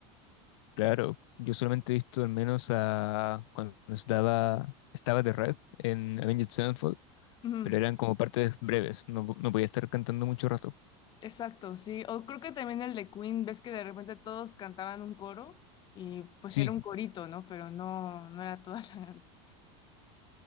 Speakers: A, on the left; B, on the left.
A: Claro, yo solamente he visto al menos a cuando estaba, estaba The Red en Avenged Sevenfold,
B: Ujú,
A: pero eran como partes breves, no, po- no podía estar cantando mucho rato.
B: Exacto, sí. O creo que también el de Queen, ves que de repente todos cantaban un coro y pues
A: Sí,
B: era un corito, ¿no? Pero no, no era toda <laughs> la canción.